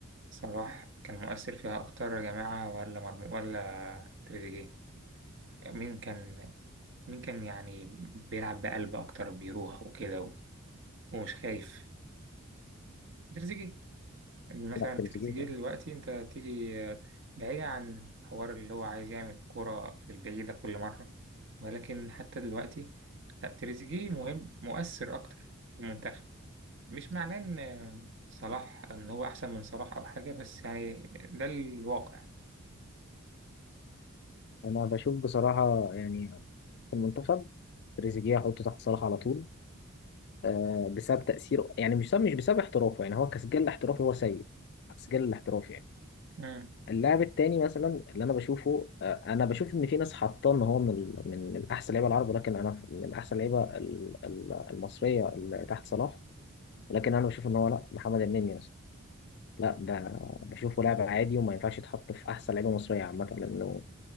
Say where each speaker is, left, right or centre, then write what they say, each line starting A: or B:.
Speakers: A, on the right (about 60°); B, on the left (about 55°).
A: صلاح كان مؤثر فيها أكتر يا جماعة ولا مرمو ولا تريزيجيه مين كان مين كان يعني بيلعب بقلب أكتر بيروح وكده و- ومش خايف تريزيجيه مثلا
B: لا تريزيجيه
A: تريزيجيه دلوقتي أنت تيجي آه، بعيد عن حوار اللي هو عايز يعمل كرة في البعيدة كل مرة ولكن حتى دلوقتي لا تريزيجيه مهم مؤثر أكتر في المنتخب مش معناه إن صلاح إن هو أحسن من صلاح أو حاجة بس يعني ده الواقع
B: انا بشوف بصراحه يعني في المنتخب تريزيجيه احطه تحت صلاح على طول آه بسبب تاثيره يعني مش بسبب مش بسبب احترافه يعني هو كسجل الاحترافي هو سيء السجل الاحترافي يعني
A: مم.
B: اللاعب التاني مثلا اللي انا بشوفه آه انا بشوف ان في ناس حاطاه ان هو من ال- من من احسن لعيبه العرب ولكن انا من احسن لعيبه ال- ال- المصريه اللي تحت صلاح ولكن انا بشوف ان هو لا محمد النني مثلا لا ده بشوفه لاعب عادي وما ينفعش يتحط في احسن لعيبه مصريه عامه لانه